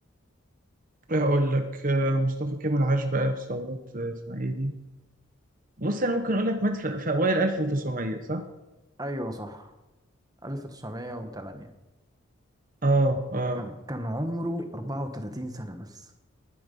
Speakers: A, on the right (about 40°); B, on the right (about 20°).
A: اقول لك آه، مصطفى كامل عاش بقى في ثورات آه، اسمها ايه دي بص انا ممكن اقول لك مات في, في اوائل 1900 صح
B: أيوة صح 1908
A: اه اه
B: كان كان عمره 34 سنة بس